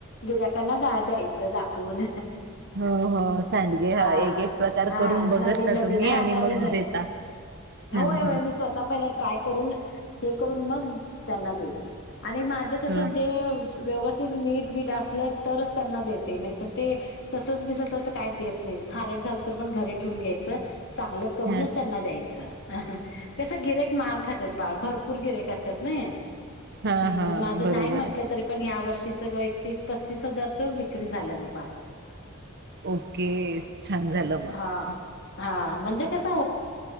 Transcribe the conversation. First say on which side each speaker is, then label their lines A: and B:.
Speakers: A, on the left; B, on the right.
A: गिऱ्याकांना द्यायचं दाखवून
B: हो हो सांडगे
A: हा
B: ह एक
A: असं
B: एक प्रकार
A: हा
B: करून
A: नवीन
B: बघतता
A: नवीन
B: तुम्ही
A: हा
B: आणि
A: नवीन
B: मग
A: नवीन
B: देता ह
A: होय होय मी स्वतःपहिले <inaudible> करून ते करून मग त्यांना देते आणि माझं कस
B: ह
A: जे व्यवस्थित मीट बीट असलं तरच त्यांना देते नाही तरर ते तसच बीसच अस काही देत नाही खारट झालं तर पण घरी ठेऊून घ्यायचं चांगलं करूनच
B: ह
A: त्यांना द्याय <inaudible> <unintelligible> कस गिरेक मार खातत बाळ भर पूर गिरॅक असतात नाइ
B: हा
A: अम
B: हा
A: माझं
B: बरोबर
A: नाही म्हंटलं
B: आहे
A: तरीपण ह्या वर्षी ते सगळ एक तीस पस्तीस हजारच विक्री झालं बग बाळ
B: ओके छान झालं मग
A: अ ह हा म्हणजे कसं